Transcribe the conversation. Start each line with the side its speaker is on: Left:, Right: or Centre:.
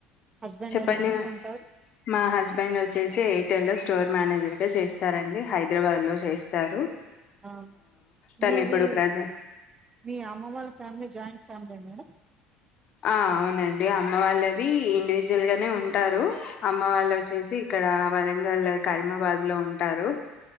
Right: హస్బెండ్
Left: చెప్పండి
Right: ఏం చేస్తుంటారు
Left: మా హస్బెండ్ వచ్చేసి రల్లో స్టోర్ మేనేజర్ గా చేస్తారండి హైదరాబాద్ లో చేస్తారు
Right: ఆ
Left: తను
Right: మీది
Left: ఇప్పుడు ప్రజె
Right: మీ అమ్మ వాళ్ళ ఫ్యామిలీ జాయింట్ ఫ్యామిలీ మేడం
Left: ఆ అవునండి అమ్మ వాళ్ళది ఇండివిజువల్ గానే ఉంటారు అమ్మ వాళ్ళు వచ్చేసి ఇక్కడ వరంగల్ కైమాబాద్ లో ఉంటారు